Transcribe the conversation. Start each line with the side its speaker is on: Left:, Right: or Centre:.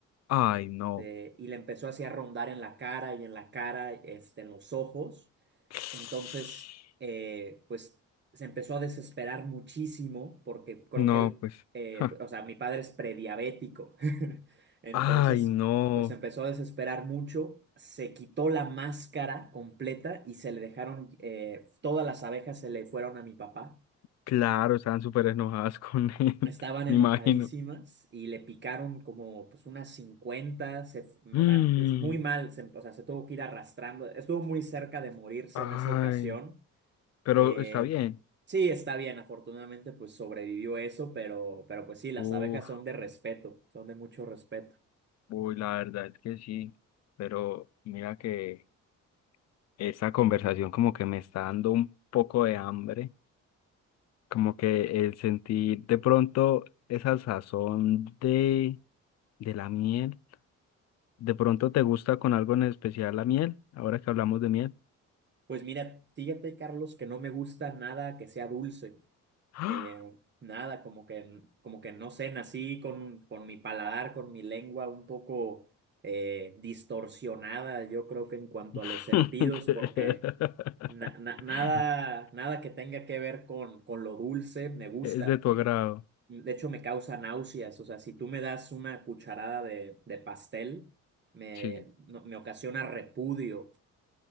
Left: Ay,
Right: Este,
Left: no.
Right: y le empezó así a rondar en la cara y en la cara, este, en los ojos.
Left: <sniffs>
Right: Entonces, eh,
Left: <sighs>
Right: pues se empezó a desesperar muchísimo porque creo
Left: No,
Right: que él,
Left: pues.
Right: eh,
Left: ja.
Right: o sea, mi padre es prediabético. <laughs> Entonces,
Left: Ay, no.
Right: pues se empezó a desesperar mucho, se quitó la máscara completa y se le dejaron, eh, todas las abejas se le fueron a mi papá.
Left: Claro, estaban súper enojadas con él,
Right: Estaban
Left: <laughs> me
Right: enojadísimas
Left: imagino.
Right: y le picaron como pues unas 50 se-
Left: Mm,
Right: o sea, es muy mal, se- o sea, se tuvo que ir arrastrando, estuvo muy cerca de morirse
Left: Ay,
Right: en esa ocasión
Left: pero
Right: Eh,
Left: está bien.
Right: sí, está bien, afortunadamente pues sobrevivió eso, pero, pero pues sí, las
Left: Uf,
Right: abejas son de respeto, son de mucho respeto.
Left: uy, la verdad es que sí. Pero mira que esa conversación como que me está dando un poco de hambre. Como que el sentir de pronto esa sazón de, de la miel. ¿De pronto te gusta con algo en especial la miel? Ahora que hablamos de miel.
Right: Pues mira, fíjate, Carlos, que no me gusta nada que sea dulce,
Left: ¡Ah!
Right: eh, nada, como que, como que no sé, nací con, con mi paladar, con mi lengua un poco eh, distorsionada, yo creo que en cuanto a los
Left: <laughs>
Right: sentidos, porque na- na- nada, nada que tenga que ver con, con lo dulce me gusta.
Left: Es de tu agrado.
Right: De hecho, me causa náuseas. O sea, si tú me das una cucharada de, de pastel, me,
Left: Sí.
Right: no- me ocasiona repudio.